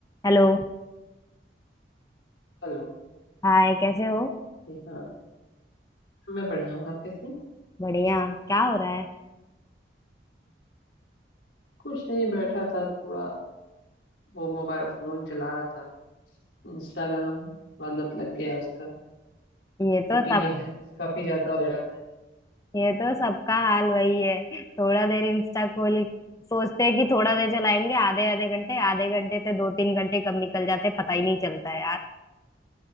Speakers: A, on the left; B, on the left.
A: Hello
B: Hello
A: Hi कैसे हो
B: जी हाँ मैं बढ़िया हूँ आप कैसे हैं
A: बढ़िया क्या हो रहा है
B: कुछ नहीं बैठा था थोड़ा वो मोबाइल फोन चला रहा था इंस्टाग्राम वाला लत लग गया उसका
A: ये
B: छूट
A: तो सब
B: ही नहीं रहा काफी ज्यादा हो जाता है
A: ये तो सबका हाल वही है थोड़ा देर इंस्टा खोल सोचते हैं कि थोड़ा देर चलाएंगे आधे आधे घंटे आधे घंटे से दो तीन घंटे कब निकल जाते हैं, पता ही नहीं चलता है यार